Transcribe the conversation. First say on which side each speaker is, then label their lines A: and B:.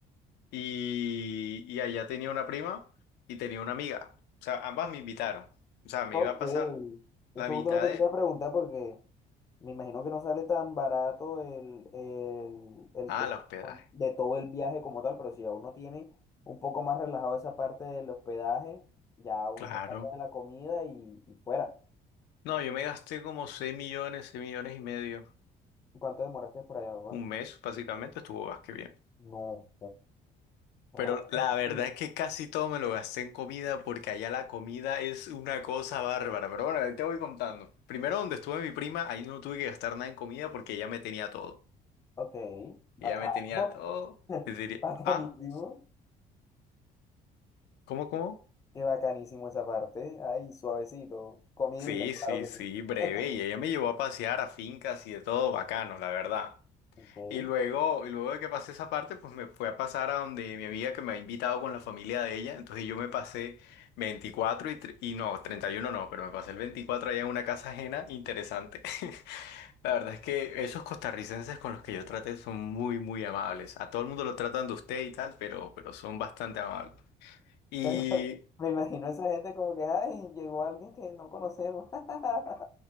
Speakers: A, on the left (about 80°); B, on the left (about 20°).
A: y, y allá tenía una prima y tenía una amiga, o sea, ambas me invitaron, o sea, me
B: Ok.
A: iba a pasar
B: Eso
A: la mitad
B: justamente
A: de...
B: te iba a preguntar porque Me imagino que no sale tan barato el, el, el
A: Ah,
B: te-
A: el hospedaje,
B: de todo el viaje como tal, pero si ya uno tiene un poco más relajado esa parte del hospedaje, ya uno
A: claro.
B: se carga de la comida y, y fuera.
A: No, yo me gasté como seis millones, seis millones y medio,
B: ¿Cuánto demoraste por allá, papá?
A: un mes básicamente, estuvo más que bien.
B: No, joder.
A: Pero la
B: re
A: verdad
B: bien.
A: es que casi todo me lo gasté en comida porque allá la comida es una cosa bárbara. Pero bueno, ahí te voy contando. Primero donde estuve mi prima, ahí no tuve que gastar nada en comida porque ella me tenía todo.
B: Ok,
A: Ella
B: bacano.
A: me tenía todo.
B: <laughs>
A: Es decir,
B: Bacanísimo.
A: ah, ¿cómo, cómo?
B: Qué bacanísimo esa parte. Ay, suavecito. Comidita,
A: Sí,
B: claro
A: sí,
B: que
A: sí,
B: sí.
A: breve.
B: <laughs>
A: Y ella me llevó a pasear a fincas y de todo bacano, la verdad.
B: Ok.
A: Y luego, y luego de que pasé esa parte, pues me fue a pasar a donde mi amiga que me ha invitado con la familia de ella. Entonces yo me pasé 24 y, tr- y no, 31 no, pero me pasé el 24 allá en una casa ajena. Interesante. <laughs> La verdad es que esos costarricenses con los que yo traté son muy, muy amables. A todo el mundo lo tratan de usted y tal, pero, pero son bastante amables. Y...
B: Pero <laughs> me imagino esa gente como que, ay, llegó alguien que no conocemos. <laughs>